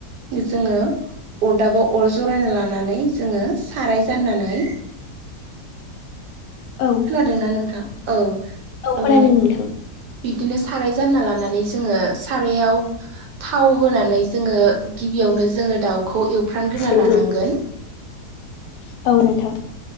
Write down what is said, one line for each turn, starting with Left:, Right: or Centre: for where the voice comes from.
Right: जोङो अरदाबाव अर जरायना लानानै जोङो साराय जाननानै
Left: औ
Right: खोनादों ना नोंथां औ
Left: औ खोनादों
Right: ओ
Left: नोंथां
Right: बिदिनो साराय जानना लानानै जोङो सारायाव थाव होनानै जोङो गिबियावनो जोङो दाउ खौ एवफ्राम ग्रोनानै
Left: औ
Right: लानांगोन
Left: नोंथां